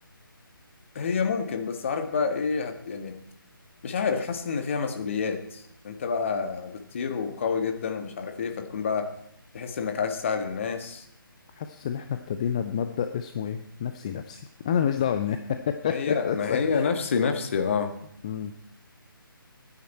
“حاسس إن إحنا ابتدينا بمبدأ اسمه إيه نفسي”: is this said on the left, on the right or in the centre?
Left